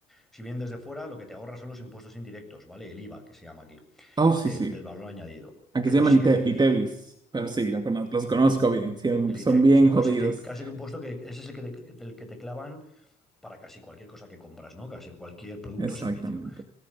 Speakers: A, in the centre; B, on the right (about 25°).
A: si vienen desde fuera, lo que te ahorras son los impuestos indirectos, ¿vale? El IVA, que se llama aquí
B: Oh, sí,
A: el
B: sí.
A: del valor añadido.
B: Aquí
A: Pero
B: se llaman
A: si
B: Ite-
A: el,
B: Itevis, pero sí, lo cono- los conozco bien, sí,
A: el
B: son
A: ITEVIS,
B: bien
A: ¿no?
B: jodidos.
A: Es decir, casi que un puesto que ese es el que te, el que te clavan para casi cualquier cosa que compras, ¿no? Casi cualquier producto
B: Exactamente.
A: o servicio.